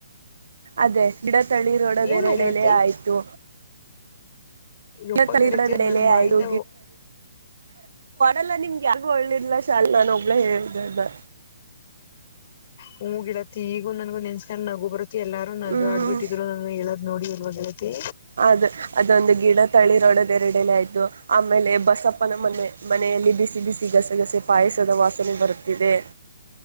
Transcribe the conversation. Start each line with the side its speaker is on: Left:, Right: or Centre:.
Right: ಅದೇ ಗಿಡತಳಿ ರೋಡದೆರಡಲೇ
Left: ಏನ ಗೆಳತಿ
Right: ಆಯ್ತು
Left: ಒಪ್ಪ
Right: ಗಿಡ ತಳಿರೊಡದೆಲೆ
Left: ಗಿಳಿತ ನನ್ ಬಾಯಿಂದ
Right: ಆಯ್ತು ಅಲ್ಲ ನಿಮ್ಗೆ ಯಗು ಒಳ್ಳೇದಲ ಶಾಲ್ ನಾನ ಒೋಗಲ ಹೇಳಿದೆ
Left: ಹೂ ಗಿಡತ್ತತಿ ಈಗ ನನ್ಗೊ ನೆನ್ಸ್ಕ ನಗು ಬರುತ್ತೆ ಎಲ್ಲಾರು ನಗ
Right: ಹ್ಮ್
Left: ಆಡ್ಬಿಟ್ಟಿದ್ರು ನ ಹೇಳದ್ ನೋಡಿ ಎಲ್ವಾಗ ಹೇತಿ
Right: ಅದು ಅದೊಂದು ಗಿಡ ತಳಿ ರೊಡ ರೆಡನ ಆಯ್ತು ಆಮೇಲೆ ಬಸಪ್ಪನ ಮನೆ ಮನೆಯಲ್ಲಿ ಬಿಸಿ ಬಿಸಿ ಗಸಗಸೆ ಪಾಯಸದ ವಾಸನೆ ಬಿದೆ